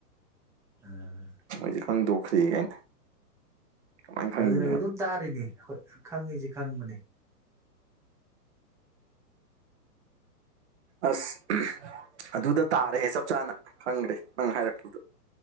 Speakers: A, in the centre; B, on the right.
A: ꯑꯥ
B: ꯃꯣꯏꯗꯤ ꯈꯪꯗꯣꯛꯈ꯭ꯔꯤ ꯀꯥꯏꯅ ꯀꯃꯥꯏꯅ ꯈꯪꯉꯤꯅꯣ
A: ꯑꯗꯨꯅ ꯑꯩ ꯑꯗꯨꯝ ꯇꯥꯔꯤꯅꯤ ꯈꯪꯉꯤꯁꯤ ꯈꯪꯕꯅꯦ
B: ꯑꯁ ꯑꯗꯨꯗ ꯇꯥꯔꯦ ꯆꯞ ꯆꯥꯅ ꯈꯪꯈ꯭ꯔꯦ ꯅꯪ ꯍꯥꯏꯔꯛꯄꯗꯣ